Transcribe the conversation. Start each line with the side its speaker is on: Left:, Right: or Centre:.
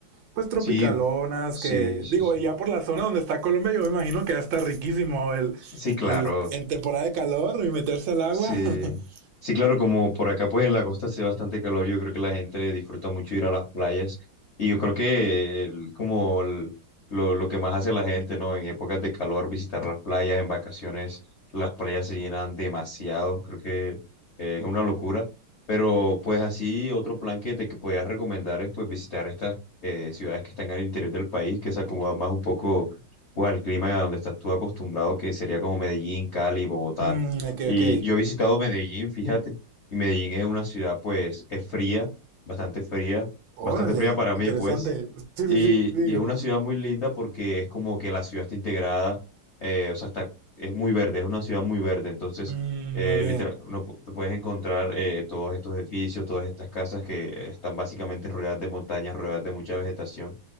Right: pues tropicalonas,
Left: Sí, sí,
Right: que
Left: sí,
Right: digo,
Left: sí.
Right: y ya por la zona donde está Colombia, yo me imagino que ya está riquísimo el,
Left: Sí, claro.
Right: el, en temporada de calor y meterse al agua.
Left: Sí,
Right: <laughs>
Left: sí, claro, como por acá pues en la costa hace bastante calor, yo creo que la gente disfruta mucho ir a las playas y yo creo que el- como el- lo, lo que más hace la gente, ¿no? En épocas de calor, visitar las playas, en vacaciones, las playas se llenan demasiado, creo que eh, es una locura, pero pues así otro plan que te que podías recomendar es pues visitar estas eh, ciudades que están al interior del país, que se acomodan más un poco pues al clima a donde estás tú acostumbrado, que sería como Medellín, Cali, Bogotá.
Right: Mm, ok,
Left: Y
Right: ok.
Left: yo he visitado Medellín, fíjate, y Medellín es una ciudad, pues, es fría, bastante fría,
Right: Órale,
Left: bastante fría para mí,
Right: interesante.
Left: pues,
Right: Sí,
Left: y,
Right: sí, sí, digo.
Left: y es una ciudad muy linda porque es como que la ciudad está integrada, eh, o sea, está, es muy verde, es una ciudad muy verde, entonces,
Right: Mm,
Left: eh,
Right: muy bien.
Left: literal, uno pu- tú puedes encontrar eh, todos estos edificios, todas estas casas que están básicamente rodeadas de montañas, rodeadas de mucha vegetación,